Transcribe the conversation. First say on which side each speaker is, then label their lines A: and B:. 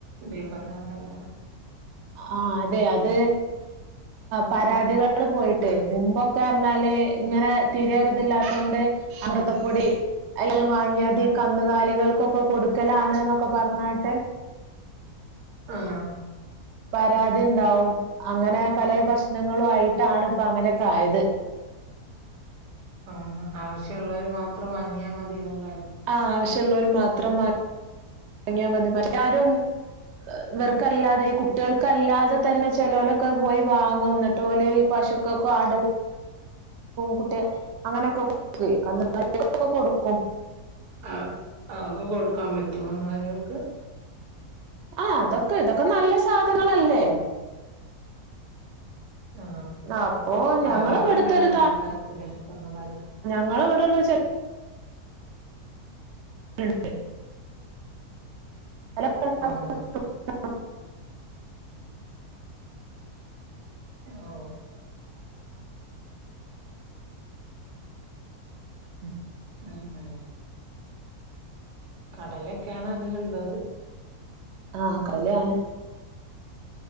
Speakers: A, on the right; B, on the right.
A: ദീപംനല്ല..
B: ആ അതെ അത് പരാതികള് പോയിട്ടേ, മുമ്പൊക്കെ പറിഞ്ഞാല് ഇങ്ങനെ തീരരുതില്ലാത്തോണ്ട് അമൃതപ്പൊടി എല്ലാരും വാങ്ങിയാട്ട ഈ കന്നുകാലികൾക്കൊക്കെ കൊടുക്കലാണ്.. ഒക്കെ പറഞ്ഞാട്ട്
A: ആഹ.
B: പരാതിണ്ടാവും അങ്ങനെ പല പ്രശ്നങ്ങളും ആയിട്ടാണ് ഇപ്പ അങ്ങനെയൊക്കെ ആയത്.
A: ആ ആവശ്യമുള്ളവര് മാത്രം വാങ്ങിയാൽ മതീന്ന്ള്ളതാ
B: ആഹ് ആവശ്യമുള്ളരു മാ.. മാത്രം വാങ്ങിയാൽ മതി മറ്റാരും ഇവർക്കല്ലാതെ ഈ കുട്ടികൾക്കല്ലാതെ തന്നെ ചെലോലൊക്കെ പോയി വാങ്ങും, എന്നിട്ട് ഓല് പശുക്കൊക്കെ ആട്.. കുട്ടി അങ്ങനെയൊക്കെ കൊടുക്കുവേ കന്നു കാലിക്കൊക്കെ കൊടുക്കും.
A: ആ അതൊക്ക് കൊടുക്കാൻ പറ്റോ കന്നുകാലികൾക്ക്
B: ആഹ അതൊക്കെ ഇതൊക്കെ നല്ല സാധനങ്ങളല്ലേ..
A: ആ
B: അപ്പൊ
A: പാലൊക്കെ
B: ഞങ്ങള് ഇവിടുത്തൊരു
A: ഇണ്ടാവാൻ നല്ലതായിരിക്കൂല്ലേ കന്നകാലി..
B: ഞങ്ങളിവിടുള്ള ചെ.. ണ്ട് അല <unintelligible>
A: ആഹ് ഓ
B: ഉം.
A: ഉം ഉം. കടലക്കെയാണ് അതിലുള്ളത്.
B: ആഹ് കലയാണ്.